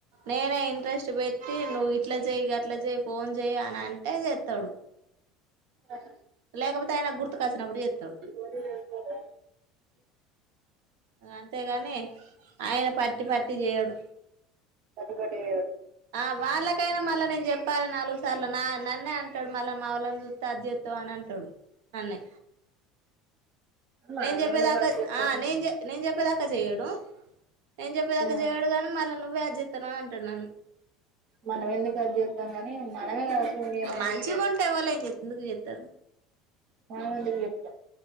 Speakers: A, on the right (about 80°); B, on the right (about 40°).
A: నేనే ఇంట్రెస్ట్ పెట్టి నువ్వు ఇట్లా చెయి అట్లా చెయి ఫోన్ చెయి అని అంటే ఇగ ఎత్తడు
B: ఆహా
A: కాకపోతే ఆయన గుర్తుకు వస్తా ఎత్తినప్పుడు ఎత్తాడు
B: పోయినవ్
A: అంతేగాని ఆయన పట్టీ పట్టీ చేయడు
B: కట్టుబడేయడు
A: ఆ వాళ్ళకైనా మళ్ళా నేను చెప్ పది నాళ్ళు చాల నా నన్నే అంటాడు మళ్ళా మా వాళ్ళని చూస్త అది చెస్తాం అని అంటాడు నన్నే
B: మనం
A: నేను చెప్పేదాకా
B: ఎందుకు ఖర్చు చేత్తం
A: ఆ నేను నేను చెప్పేదాక ఇక చేయడు నేను చెప్పేదాక
B: ఆ
A: అది చేయడు కాని మళ్ళ నువ్వే అది చెస్తాను అని అంటాడు నన్ను
B: మనం ఎందుకు ఖర్చు చేత్తం గాని మనమే కదా ఫోన్ చేయమని
A: హు మంచిగా
B: చెప్పేది
A: ఉంటాయి వాళ్ళు ఏం ఎందుకు చెస్తారు
B: మనం ఎందుకు చెప్తాం